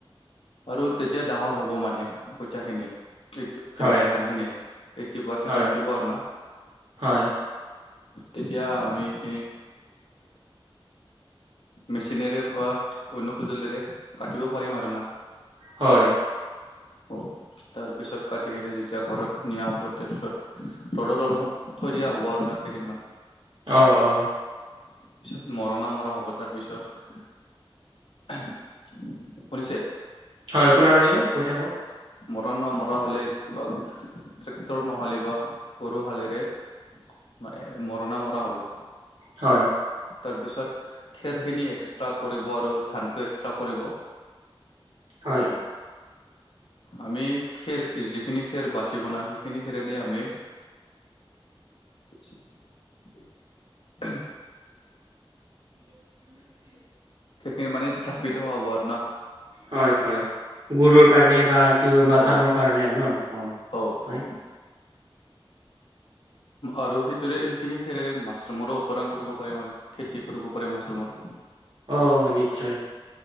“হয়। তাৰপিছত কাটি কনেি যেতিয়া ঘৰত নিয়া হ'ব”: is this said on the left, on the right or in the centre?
Left